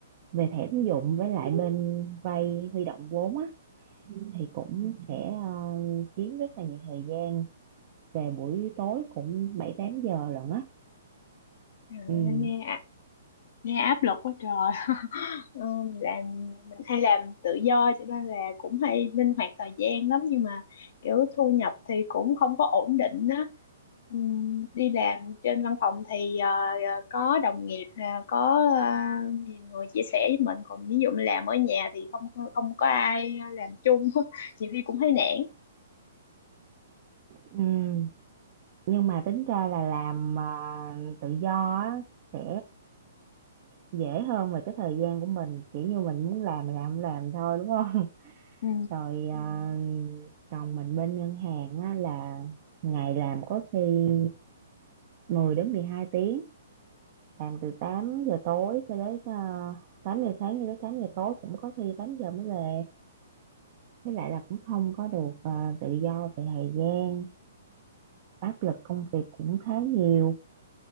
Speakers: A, on the right; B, on the left.
A: về thẻ tín dụng với lại bên vay huy động vốn á. Thì cũng sẽ ờ, chiếm rất là nhiều thời gian, về buổi tối cũng bảy tám giờ lận á.
B: Trời
A: Ừ.
B: nghe nghe áp lực quá trời. Ờ, làm mình hay làm tự do cho nên là cũng hay linh hoạt thời gian lắm nhưng mà kiểu thu nhập thì cũng không có ổn định á Ừm, đi làm trên văn phòng thì ờ, ờ, có đồng nghiệp là có ờ, nhiều người chia sẻ với mình còn ví dụ mình làm ở nhà thì không không có ai làm chung <laughs> nhiều khi cũng thấy nản
A: Ừ. Nhưng mà tính ra là làm ờ, tự do á, sẽ dễ hơn về cái thời gian của mình kiểu như mình muốn làm mình làm không làm thôi đúng không <laughs>
B: Ừ.
A: rồi Ừ. à, còn mình bên ngân hàng á, là ngày làm có khi mười đến mười hai tiếng làm từ 8 giờ tối cho đến à, 8 giờ sáng cho đến tám giờ tối cũng có khi 8 giờ mới về với lại là cũng không có được à, tự do về thời gian áp lực công việc cũng khá nhiều